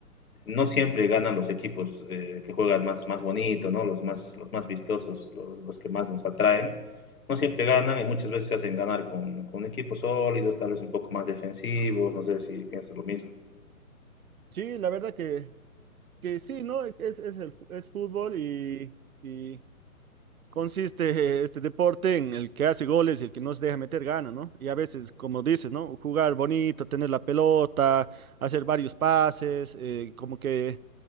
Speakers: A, on the left; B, on the right.
A: no siempre ganan los equipos eh, que juegan más, más bonito, ¿no? Los más, los más vistosos, los, los que más nos atraen. No siempre ganan y muchas veces se hacen ganar con, con equipos sólidos, tal vez un poco más defensivos, no sé si piensas lo mismo.
B: Sí, la verdad que, que sí, ¿no? Es, es el, fu- es fútbol y, y Consiste este deporte en el que hace goles y el que no se deja meter gana, ¿no? Y a veces, como dices, ¿no? Jugar bonito, tener la pelota, hacer varios pases, eh, como que